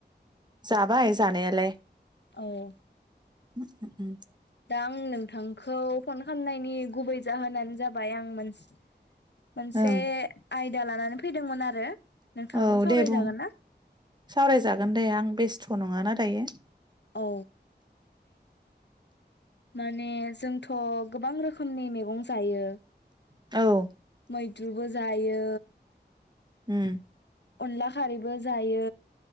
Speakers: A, on the right; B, on the left.
A: जाबाय जानायालाय
B: औ
A: उम
B: दा आं नोंथांखौ फन खालामनायनि गुबै जाहोनानो जाबाय आं मोनसे मोनसे
A: ओं
B: आय दा लानानै फैदोंमोन आरो नोंथाङाबो
A: औ
B: सावरायजागोन
A: दे बुं
B: ना
A: सावरायजागोन दे आं बेस्थ' थ' नङाना दायो।
B: औ माने जोंथ' गोबां रोखोमनि मैगं जायो।
A: औ
B: मैद्रुबो जायो
A: ओम
B: अनला खारैबो जायो